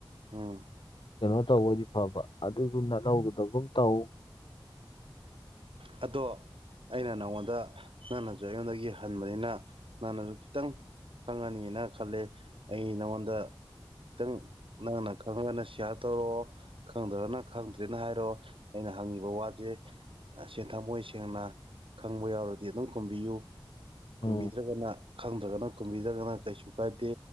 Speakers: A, on the right; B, on the left.
A: ꯎꯝ
B: ꯀꯩꯅꯣ ꯇꯧꯕꯗꯤ ꯐꯕ ꯑꯗꯨꯗꯨꯅꯍꯧꯕꯗꯒꯨꯝ ꯇꯧ
A: ꯑꯗꯣ ꯑꯩꯅ ꯅꯉꯣꯟꯗ ꯅꯪꯅꯁꯨ ꯑꯩꯉꯣꯟꯗꯒꯤ ꯍꯟꯕꯅꯤꯅ ꯅꯪꯅꯁꯨ ꯈꯤꯇꯪ ꯈꯪꯉꯅꯤꯅ ꯈꯜꯂꯦ ꯑꯩ ꯅꯉꯣꯟꯗ ꯈꯤꯇꯪ ꯅꯪꯅ ꯈꯪꯉꯒꯅ ꯁꯤꯌꯥꯔ ꯇꯧꯔꯛꯑꯣ ꯈꯪꯗꯕꯅ ꯈꯪꯗ꯭ꯔꯦꯅ ꯍꯥꯏꯔꯣ ꯑꯩꯅ ꯍꯪꯉꯤꯕ ꯋꯥꯁꯦ ꯁꯦ ꯊꯃꯣꯏ ꯁꯦꯡꯅ ꯈꯪꯕ ꯌꯥꯎꯔꯗꯤ ꯑꯗꯨꯝ ꯈꯨꯝꯕꯤꯌꯨ ꯈꯨꯝꯕꯤꯗ꯭ꯔꯒꯅ
B: ꯎꯝ
A: ꯈꯪꯗ꯭ꯔꯒꯅ ꯀꯨꯝꯕꯤꯗ꯭ꯔꯒꯅ ꯀꯩꯁꯨ ꯀꯥꯏꯗꯦ